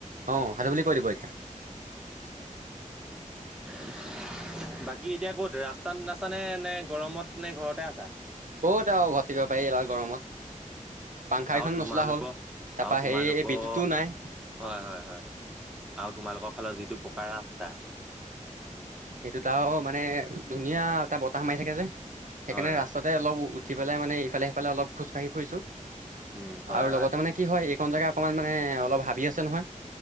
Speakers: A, on the right; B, in the centre.
A: অ সাধু বুলি কৈ দিব এতিয়া।
B: <inaudible> বাকী এতিয়া ক'ত ৰাস্তাত আছানে নে গৰমত নে ঘৰতে আছা।
A: কত আৰু ঘটিব পাৰি এনেকুৱা গৰমত। পাংখা কেইখন
B: আৰু তোমালোকৰ
A: নচলা হ'ল তাৰপা
B: আৰু তোমালোকৰ
A: সেই বিদ্যুতো নাই
B: হয় হয় হয়। আৰু তোমালোকৰ ফালৰ যিটো পকাৰ ৰাস্তা।
A: সেইটোতটা মানে ধুনীয়া এটা বতাহ মাৰি থাকে যে সেইকাৰণে
B: হয় হয়
A: ৰাস্তাতে অলপ। উঠি পেলাই মানে ইফালে সিফালে অলপ খোজকাাঢ়ি ফুৰিছো
B: উম হয়
A: আৰু
B: হয়
A: লগতে মানে কি হয়। জেগা অকমান মানে অলপ হাবি আছে নহয়